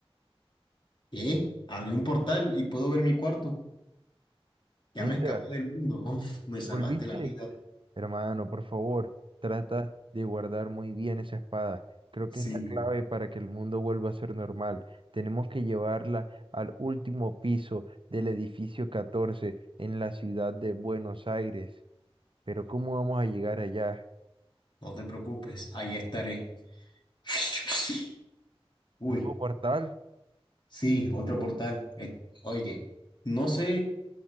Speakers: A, on the left (about 50°); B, on the right (about 55°).
A: ¿Qué? Abrí un portal y puedo ver mi cuarto. Ya
B: Entra,
A: me escapé del mundo. <laughs> Uf, me salvaste
B: ¿volviste?
A: la vida.
B: Hermano, por favor, trata de guardar muy bien esa espada. Creo
A: Sí,
B: que es la clave para que el mundo vuelva a ser normal. Tenemos que llevarla al último piso del edificio 14 en la ciudad de Buenos Aires. Pero ¿cómo vamos a llegar allá?
A: no te preocupes. Ahí estaré. <laughs> Uy,
B: Nuevo portal,
A: sí, otro portal. Eh, oye, no sé